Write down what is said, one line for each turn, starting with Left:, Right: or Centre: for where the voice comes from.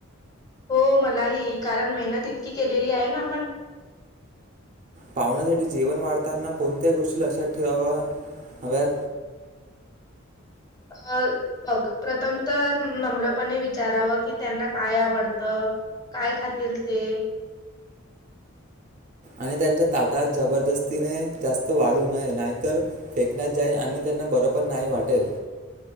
Left: हो मलाही कारण मेहनत इतकी केलेली आहे ना आपण
Right: पाहुण्यासाठी जेवन वाढताना कोणत्या गोष्टी लक्षात ठेवाव्या हव्यात
Left: अ बघ प्रथम तर नम्रपणे विचारावं की त्यांना काय आवडतं काय खातील ते
Right: आणि त्यांच्या ताटात जबरदस्तीने जास्त वाढू नये नाहीतर फेकण्यात जाईल आणि त्यांना बरं पण नाही वाटेल